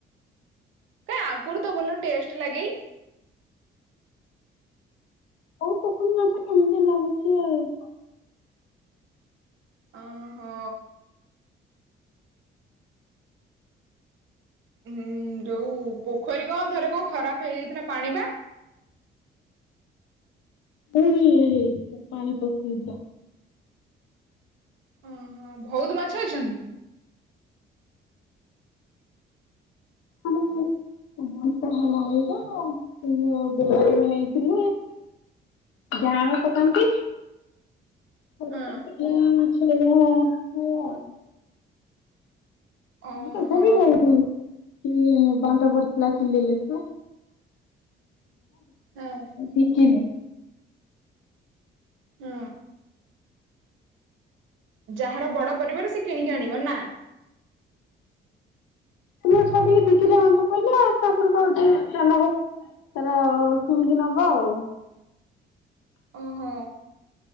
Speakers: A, on the right; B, on the left.
A: କାଇଁ ଆଗରୁ ତ ଭଲ ଟେଷ୍ଟ ଲାଗେ
B: ହଉ ପୋଖରୀ ମାଛ କେମିତି ଲାଗୁଛି ଆଇ।
A: ଓହୋ। ହୁଁ ଯୋଉ ପୋଖରୀ କଣ ଥରେ କଣ ଖରାପ ହେଇଯାଇଥିଲା ପାଣି ବା?
B: ପୁଣି ଇଏ ହେଇ ପାଣି ପଶିଯାଇଥିଲାା।
A: ଓହୋ ବହୁତ ମାଛ ଅଛନ୍ତି?
B: ଆଉ <unintelligible> ବତ ହେଲାଣି ତ ମୁ ବାର ବି ନେଇଥିଲି <unintelligible> ଜାଆଁଳ ପକାନ୍ତି? ଘରେ
A: ହଁ
B: ସେ ମାଛ ଆଉ <unintelligible>
A: ଓହୋ
B: ହଁ ତଥାପି ବହୁତ। କି ବଣ୍ଟ ପଡିଥିଲା କିଲେଇଲେ କା।
A: ହଁ
B: ଟିକେ ନେ।
A: ହୁଁ। ଯାହାର ବଡ ପରିବାର ସେ କିଣିକି ଆଣିବ ନା?
B: ତ ଛିକି ବିକି ଆୁ କହିଲେ ତା କ ଚାଉ <unintelligible> ତାର ଶୁଣିକି ନବ ଆଉ।
A: ଓହୋ।